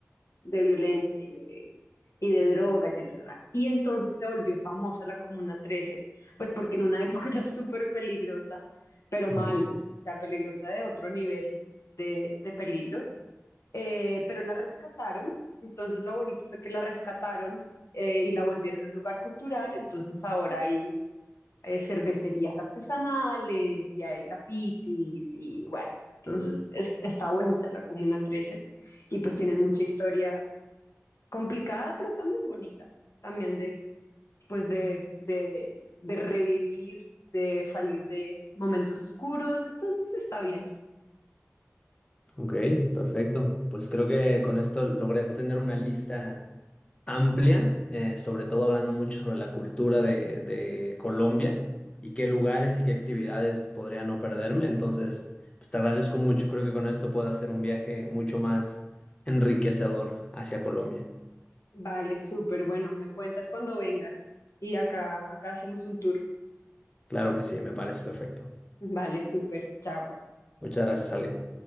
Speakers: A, on the left; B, on the left.
A: de violencia y de, y de drogas. Y, bla, bla, y entonces se volvió famosa la Comuna 13, pues porque en una <laughs> época era súper peligrosa, pero
B: Mm,
A: mal, o sea, peligrosa de otro nivel de, de peligro. Eh, pero la rescataron, entonces lo bonito fue que la rescataron eh, y la volvieron un lugar cultural, entonces ahora hay eh, cervecerías artesanales y hay grafitis y bueno, entonces es- está bonita la Comuna 13 y pues tienen mucha historia complicada, pero también bonita, también de, pues de, de, de revivir, de salir de momentos oscuros, entonces está bien.
B: Ok, perfecto. Pues creo que con esto logré tener una lista amplia, eh, sobre todo hablando mucho sobre la cultura de, de Colombia y qué lugares y qué actividades podría no perderme. Entonces, pues te agradezco mucho. Creo que con esto puedo hacer un viaje mucho más enriquecedor hacia Colombia.
A: Vale, súper, bueno, me cuentas cuando vengas y acá, acá hacemos un tour.
B: Claro que sí, me parece perfecto.
A: Vale, súper, chao.
B: Muchas gracias, Ale.